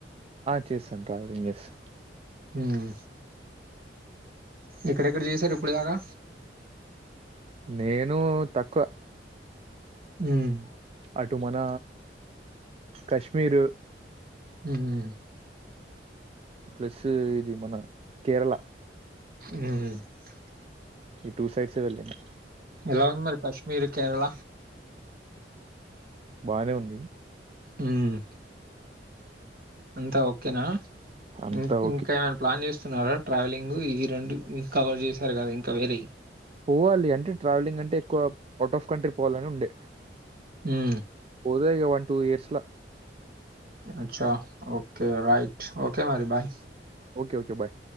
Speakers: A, on the right; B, on the right.
A: చేస్సాన్ ట్రావెలింగ్ చేస్స్
B: ఉమ్ ఎక్కడెక్కడ చేసారు ఇప్పుడు దాకా
A: నేను తక్కువ
B: ఉమ్
A: అటు మన కశ్మీరు
B: ఉమ్ హు
A: ప్లస్ ఇది మన కేరళ
B: ఉమ్
A: ఈ టూ సైడ్స్ వెళ్ళను
B: ఎలా ఉంది మరి కాశ్మీర్ కేరళ
A: బానే ఉంది
B: ఉమ్ అంతా ఓకేనా
A: అంతా
B: ఇం
A: ఓకే.
B: ఇంకా ఏమైనా ప్లాన్ చేస్ సున్నారా ట్రావెలింగ్ ఈ రెండు కవర్ చేశారు కదా ఇంకా వేరే
A: పోవాలి అంటే ట్రావెలింగ్ అంటే ఎక్కువ అవుట్ ఆఫ్ కంట్రీ పోవాలని ఉండే
B: హ్మ్.
A: పోదే ఇగ వన్ టూ ఇయర్స్ ల
B: అచ్చ ఓకే రయిట్ ఓకే మరి బాయ్
A: ఓకే ఓకే బాయ్